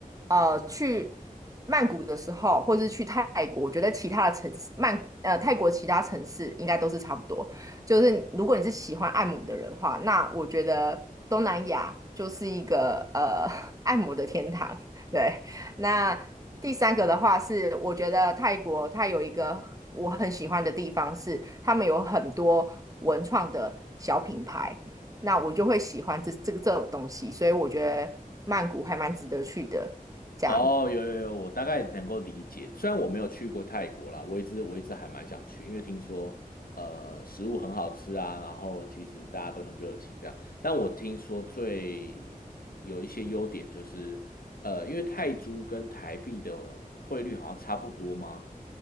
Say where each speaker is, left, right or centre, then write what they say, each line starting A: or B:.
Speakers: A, on the right (about 25°); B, on the left (about 80°).
A: 呃，去曼谷的时候，或是去泰国，我觉得其他的城市，曼，呃，泰国其他城市应该都是差不多。就是如果你是喜欢按摩的人的话，那我觉得东南亚就是一个呃 <laughs> 按摩的天堂。对，那第三个的话是，我觉得泰国它有一个我很喜欢的地方是，他们有很多文创的小品牌，那我就会喜欢这这个这种东西，所以我觉得曼谷还蛮值得去的。这样，
B: 哦，有有有，我大概能够理解。虽然我没有去过泰国啦，我一直我一直还蛮想去，因为听说呃食物很好吃啊，然后其实大家都很热情这样。但我听说最有一些优点就是，呃，因为泰铢跟台币的汇率好像差不多吗？